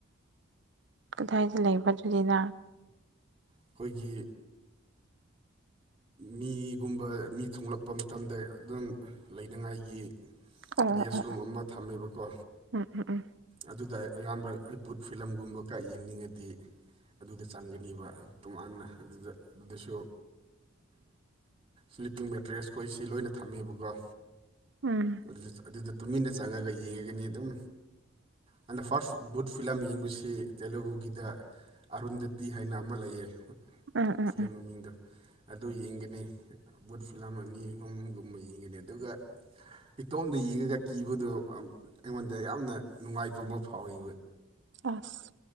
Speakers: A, on the right (about 60°); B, on the right (about 25°).
A: ꯀꯗꯥꯏꯗ ꯂꯩꯕꯒꯤꯅꯤꯅ
B: ꯑꯩꯈꯣꯏꯒꯤ
A: <inaudible>
B: ꯃꯤꯒꯨꯝꯕ ꯃꯤ ꯊꯣꯡꯂꯛꯄ ꯃꯇꯝꯗ ꯑꯗꯨꯝ ꯂꯩꯅꯤꯡꯉꯥꯏꯒꯤ
A: ꯑꯣ
B: ꯒꯦꯁ
A: ꯑꯣ
B: ꯔꯨꯝ
A: ꯑꯣ
B: ꯑꯃ ꯊꯝꯃꯦꯕꯀꯣ
A: ꯎꯝ ꯎꯝ ꯎꯝ
B: ꯑꯗꯨꯗ ꯑꯩ ꯑꯌꯥꯝꯕ ꯑꯩ ꯕꯨꯠ ꯐꯤꯂꯝꯒꯨꯝꯕꯒ ꯌꯦꯡꯅꯤꯡꯉꯗꯤ ꯑꯗꯨꯗ ꯆꯪꯒꯅꯤꯕ ꯇꯣꯉꯥꯟꯅ ꯑꯗꯨꯗ ꯑꯗꯨꯗꯁꯨ ꯁ꯭ꯂꯤꯞꯄꯤꯡ ꯃꯦꯇꯔꯤꯁ ꯑꯩꯈꯣꯏ ꯁꯤ ꯂꯣꯏꯅ ꯊꯝꯃꯦꯕꯀꯣ
A: ꯎꯝ
B: ꯑꯗꯨ ꯑꯗꯨꯗ ꯇꯨꯃꯤꯟꯅ ꯆꯪꯉꯒ ꯌꯦꯡꯉꯒꯅꯤ ꯑꯗꯨꯝ ꯑꯩꯅ ꯐꯥꯔꯁ ꯕꯨꯠ ꯐꯤꯂꯝ ꯌꯦꯡꯕꯁꯤ ꯇꯦꯂꯨꯒꯨꯒꯤꯗ ꯑꯥꯔꯨꯟ ꯗꯦꯇꯤ ꯍꯥꯏꯅ ꯑꯃ ꯂꯩꯌꯦ
A: ꯎꯝ ꯎꯝ ꯎꯝ ꯎꯝ
B: ꯐꯤꯂꯝ
A: ꯎꯝ
B: ꯃꯃꯤꯡꯗꯣ ꯑꯗꯨ ꯌꯦꯡꯒꯅꯤ ꯕꯨꯠ ꯐꯤꯂꯝ ꯑꯅꯤ ꯑꯍꯨꯝꯒꯨꯝꯕ ꯌꯦꯡꯒꯅꯤ ꯑꯗꯨꯒ ꯏꯇꯣꯝꯗ ꯌꯦꯡꯉꯒ ꯀꯤꯕꯗꯣ ꯑꯩꯉꯣꯟꯗ ꯌꯥꯝꯅ ꯅꯨꯡꯉꯥꯏꯕ ꯑꯃ ꯐꯥꯎꯋꯤ
A: ꯑꯁ